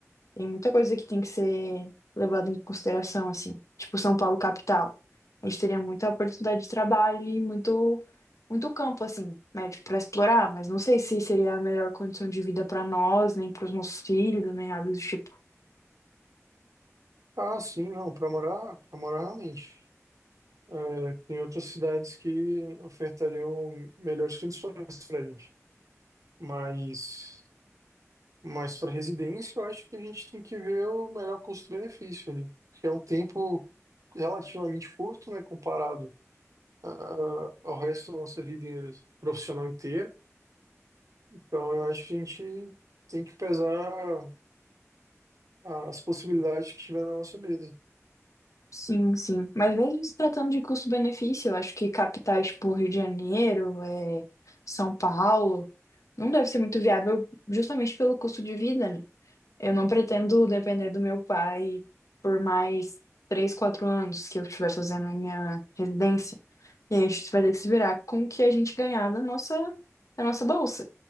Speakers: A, on the left; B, on the right.
A: tem muita coisa que tem que ser levada em consideração, assim. Tipo São Paulo capital. A gente teria muita oportunidade de trabalho e muito, muito campo, assim, médico para explorar, mas não sei se seria a melhor condição de vida para nós, nem para os nossos filhos, nem nada do tipo.
B: Ah, sim, não, para morar, para morar realmente. É, tem outras cidades que ofertariam melhores condições para gente, mas Mas para residência, eu acho que a gente tem que ver o melhor custo-benefício ali, porque é um tempo relativamente curto, né, comparado ah, ao resto da nossa vida profissional inteira. Então, eu acho que a gente tem que pesar a- as possibilidades que tiver na nossa mesa.
A: Sim, sim. Mas mesmo se tratando de custo-benefício, eu acho que capitais tipo Rio de Janeiro, é, São Paulo, não deve ser muito viável justamente pelo custo de vida, né? Eu não pretendo depender do meu pai por mais três, quatro anos que eu estiver fazendo minha residência. E aí a gente vai ter que se virar com o que a gente ganhar da nossa, da nossa bolsa.